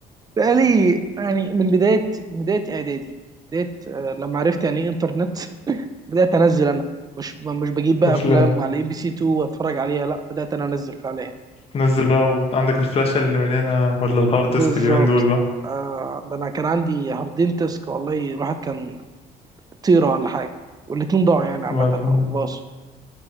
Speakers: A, on the right; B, on the left.
A: بقالي يعني من بدايه بدايه اعدادي بدايه آه لما عرفت يعني ايه انترنت بدات انزل انا مش مش بجيب بقى
B: افلام
A: افلام على اي بي سي 2 واتفرج عليها لا بدات انا انزل فعليا
B: تنزل بقى وعندك الفلاشة اللي مليانة ولا الهارد
A: بالظبط
B: ديسك اليومين دول بقى
A: آه ده انا كان عندي هاردين تسك والله الواحد كان طيره ولا حاجه والاتنين ضاعوا يعني
B: طبعا
A: عامه او باصوا